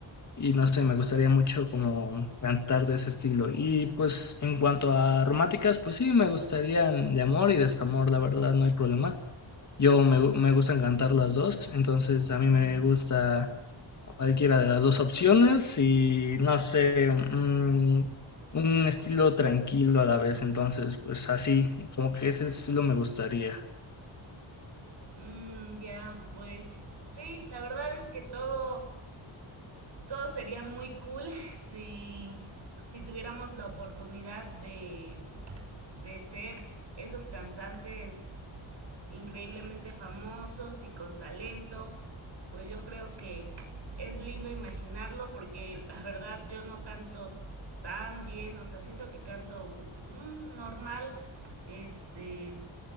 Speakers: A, on the left (about 35°); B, on the right (about 60°).
A: y no sé, me gustaría mucho como cantar de ese estilo. Y pues en cuanto a románticas, pues sí, me gustarían de amor y desamor, la verdad, no hay problema. Yo me, gu- me gustan cantar las dos, entonces a mí me gusta cualquiera de las dos opciones y no sé, mm, un estilo tranquilo a la vez, entonces pues así, como que ese estilo me gustaría.
B: Mm, ya, pues sí, la verdad es que todo, todo sería muy cool <laughs> si, si tuviéramos la oportunidad de, de ser esos cantantes increíblemente famosos y con talento, pues yo creo que es lindo imaginarlo porque la verdad yo no canto tan bien, o sea, siento que canto mm, normal, este,